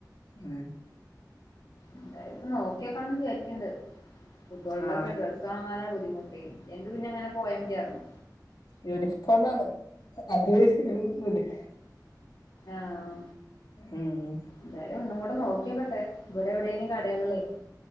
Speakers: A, on the left; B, on the left.
A: ഉം
B: എന്തായാല ഇപ്പ നോക്കിയക്കണന്ന് വിചാരിക്കണ്ണ്ട് കുട്ടികളുടെൊക്കെ
A: ആ
B: ഡ്രസ്സ് ഉണങ്ങാനാ ബുദ്ധിമുട്ടി എന്റെ പിന്നെ അങ്ങനെ പോയൻ പറ്റായിരുന്നു
A: യൂണിഫോം ആണ് അതില് <unintelligible>
B: ആഹ
A: ഉം
B: എന്തായാലും ഒന്നും കൂടെ നോക്കിയോക്കട്ടെ ഇവിടെ എവിടെങ്കിലും കടയകള്ളേ